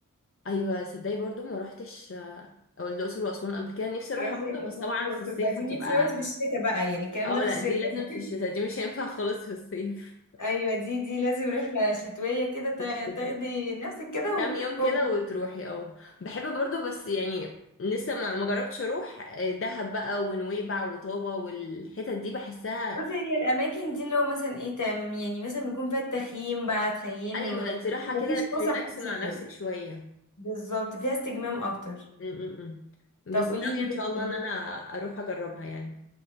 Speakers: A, on the left; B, on the left.
A: ايوه صدقني برضو ما روحتش آه، او الاقصر واسوان قبل كده نفسي اروحها
B: رحلة
A: برضو بس
B: أسوان
A: طبعا
B: والأقصر
A: في الصيف
B: بقى دي
A: هتبقى
B: نفسي وقت في الشتاء بقى يعني الكلام
A: اه
B: ده في
A: لا
B: الشتاء
A: دي لازم في الشتاء دي مش هينفع <laughs> خالص في الصيف
B: ايوه دي دي لازم رحله شتويه
A: <laughs>
B: كده تا-
A: في الشتاء
B: تاخدي نفسك كده
A: كام يوم كده
B: وهوب
A: وتروحي اه بحب برضو بس يعني لسه ما ما جربتش اروح آه، دهب بقى ونويبع وطابة والحتت دي بحسها
B: بصي هي الاماكن دي اللي هو مثلا ايه تمام يعني مثلا بيكون فيها التخييم بقى تخيمي
A: ايوه
B: و-
A: انت رايحه
B: ومفيش
A: كده تريلاكس
B: فسح كتير
A: مع نفسك شويه
B: بالظبط فيها استجمام اكتر
A: امم بس
B: طب
A: ناويه
B: قولي لي بتحبي
A: ان شاء الله ان انا اروح اجربها يعني